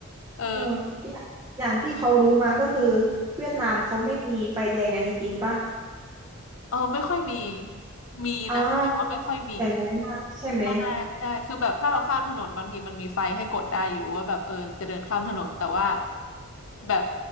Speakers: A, on the left; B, on the right.
A: เออ
B: เอออย่างอย่างที่เขารู้มาก็คือเวียดนามเขาไม่มีไฟแดงอันนี้จริงปะ
A: เออไม่ค่อยมีมีนะแต่ว่าไม่ค่อยมี
B: อ่าคือแต่ร้ายมากใช่ไหม
A: ใช่ใช่คือแบบถ้าเราข้ามถนนบางทีมันมีไฟให้กดได้อยู่ว่าแบบเออจะเดินข้ามถนนแต่ว่าแบบ